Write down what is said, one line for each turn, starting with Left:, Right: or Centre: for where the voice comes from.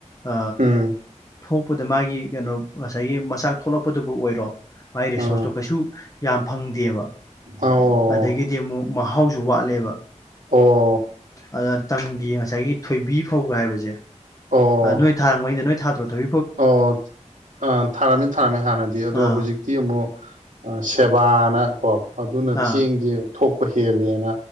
Left: ꯑ
Right: ꯎꯝ
Left: ꯊꯣꯛꯄꯗ ꯃꯥꯒꯤ ꯀꯩꯅꯣ ꯉꯁꯥꯏꯒꯤ ꯃꯆꯥꯛ ꯊꯣꯛꯂꯛꯄꯗꯨꯕꯨ ꯑꯣꯏꯔꯣ ꯃꯥꯏ ꯔꯤꯁꯣꯔꯁꯇꯣ
Right: ꯑꯥ
Left: ꯀꯩꯁꯨ ꯌꯥꯝ ꯐꯪꯗꯦꯕ
Right: ꯑꯣ
Left: ꯑꯗꯒꯤ ꯃꯍꯥꯎꯁꯨ ꯋꯥꯠꯂꯦꯕ
Right: ꯑꯣ
Left: ꯑꯗ ꯇꯝꯒꯤ ꯉꯁꯥꯏꯒꯤ ꯊꯣꯏꯕꯤ ꯐꯥꯎꯒ ꯍꯥꯏꯕꯁꯦ
Right: ꯑꯣ
Left: ꯑ ꯅꯣꯏ ꯊꯥꯔꯉꯩꯩꯅ ꯅꯣꯏ ꯊꯥꯗ꯭ꯔꯣ ꯊ
Right: ꯑꯣ ꯑ ꯊꯥꯔꯝꯃꯦ ꯊꯥꯔꯝꯃꯦ ꯍꯥꯟꯅꯗꯤ ꯑꯗꯣ
Left: ꯑꯥ
Right: ꯍꯧꯖꯤꯛ ꯇꯤ ꯑꯃꯨꯛ ꯁꯦꯕꯥꯅ ꯀꯣ ꯑꯗꯨꯅ
Left: ꯑꯥ
Right: ꯆꯦꯡꯖ ꯊꯣꯛꯄ ꯍꯦꯜꯂꯦꯅ